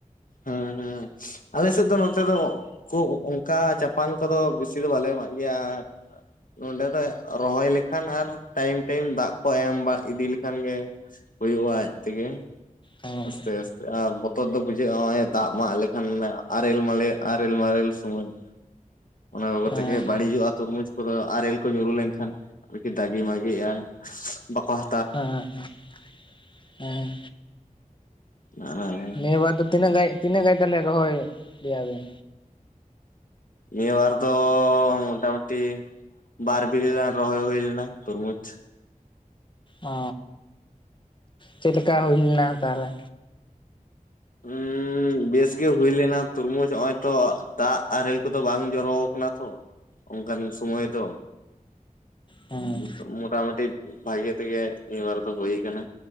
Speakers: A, on the left; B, on the left.
A: ᱦᱮᱸ ᱦᱮᱸ ᱟᱞᱮ ᱥᱮᱫ ᱫᱚ ᱱᱚᱛᱮ ᱫᱚ ᱠᱚ ᱚᱱᱠᱟ ᱪᱟᱯᱟᱱ ᱠᱚᱫᱚ ᱵᱮᱥᱤ ᱫᱚ ᱵᱟᱞᱮ ᱮᱢᱟᱜ ᱜᱮᱭᱟ ᱱᱚᱸᱰᱮ ᱫᱚ ᱨᱚᱦᱚᱭ ᱞᱮᱠᱷᱟᱱ ᱟᱨ ᱴᱟᱭᱤᱢ ᱴᱟᱭᱤᱢ ᱫᱟᱜ ᱠᱚ ᱮᱢ ᱵᱟ ᱤᱫᱤ ᱞᱮᱠᱷᱟᱱ ᱜᱮ ᱦᱩᱭᱩᱜᱼᱟ ᱟᱡ ᱛᱮᱜᱮ
B: ᱦᱮᱸ
A: ᱟᱥᱛᱮ ᱟᱥᱛᱮ ᱵᱚᱛᱚᱨ ᱫᱚ ᱵᱩᱡᱷᱟᱹᱜᱼᱟ ᱱᱚᱜᱼᱚᱭ ᱫᱟᱜ ᱢᱟᱜ ᱞᱮᱠᱷᱟᱱ ᱟᱨᱮᱞ ᱢᱟᱞᱮ ᱟᱨᱮᱞ ᱢᱟᱨᱮᱞ ᱥᱚᱢᱚᱭ ᱚᱱᱟ ᱠᱚ ᱠᱟᱛᱮ
B: ᱦᱮᱸ
A: ᱜᱮ ᱵᱟᱹᱲᱤᱡᱚᱜᱼᱟ ᱛᱩᱨᱢᱩᱡᱽ ᱩᱱᱠᱩ ᱫᱚ ᱟᱨᱮᱞ ᱠᱚ ᱧᱩᱨᱩ ᱞᱮᱱᱠᱷᱟᱱ ᱟᱨᱠᱤ ᱫᱟᱜᱤ ᱢᱟᱜᱤᱜᱼᱟ ᱵᱟᱠᱚ ᱦᱟᱼ
B: ᱦᱮᱸ ᱦᱮᱸ ᱦᱮᱸ
A: <unintelligible>
B: ᱱᱤᱭᱟᱹ ᱵᱟᱨ ᱫᱚ ᱛᱤᱱᱟᱜ ᱜᱟᱡ ᱛᱤᱱᱟᱹᱜ ᱜᱟᱡ ᱛᱟᱞᱦᱮ ᱨᱚᱦᱚᱭ ᱞᱮᱭᱟ ᱵᱮᱱ?
A: ᱱᱤᱭᱟᱹ ᱵᱟᱨ ᱫᱚ ᱢᱚᱴᱟ ᱢᱩᱴᱤ ᱵᱟᱨ ᱵᱤᱜᱷᱟᱹ ᱜᱟᱱ ᱨᱚᱦᱚᱭ ᱦᱩᱭ ᱞᱮᱱᱟ ᱛᱩᱨᱢᱩᱡᱽ᱾
B: ᱚ ᱪᱮᱫ ᱞᱮᱠᱟ ᱦᱩᱭ ᱞᱮᱱᱟ ᱛᱟᱦᱚᱞᱮ?
A: ᱩᱸᱻ ᱵᱮᱥ ᱜᱮ ᱦᱩᱭ ᱞᱮᱱᱟ ᱛᱩᱨᱢᱩᱡᱽ ᱦᱚᱸᱜᱼᱚᱭ ᱛᱚ ᱫᱟᱜ ᱟᱨᱮᱞ ᱠᱚᱫᱚ ᱵᱟᱝ ᱡᱚᱨᱚᱣ ᱠᱟᱱᱟ ᱛᱚ᱾ ᱚᱝᱠᱟᱱ ᱥᱚᱢᱚᱭ ᱫᱚ
B: ᱦᱮᱸ
A: ᱧᱤᱛᱚᱜ ᱢᱚᱴᱟᱢᱩᱴᱤ ᱵᱷᱟᱜᱮ ᱛᱮᱜᱮ ᱱᱤᱭᱟᱵᱟᱨ ᱫᱚ ᱦᱩᱭ ᱟᱠᱟᱱᱟ